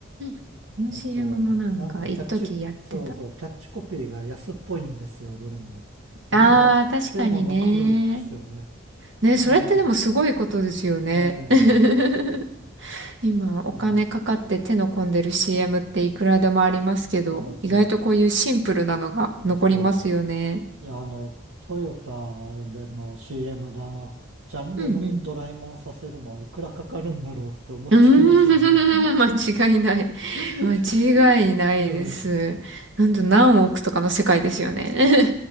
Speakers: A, on the right (about 60°); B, on the right (about 80°).
A: こ <laughs> の
B: そうそう。
A: CM もなんか、
B: なんかキャッチ、
A: 一時やってた。
B: そうそう、キャッチコピーが安っぽいんですよ、どれも。<laughs> でも、
A: あー、確かにね。
B: でも残るんですよね。
A: ね、それってでもすごいことですよね。
B: うん。ええ
A: <laughs> 今、お金かかって手の込んでる
B: いや、
A: CM っていくらでもありますけど、
B: そうそう。
A: 意外とこういうシンプルなのが残りますよね。
B: そうそう。いや、あの、トヨタでの CM であの、ジャンレノにドラえもんさせるのいくらかかるんだろうって思っちゃいますよね。
A: うんうん。うーん、<laughs>
B: <laughs>
A: 間違いない。
B: <laughs>
A: 間
B: うん。
A: 違いないです。
B: うん
A: なんと何億とかの世界ですよね。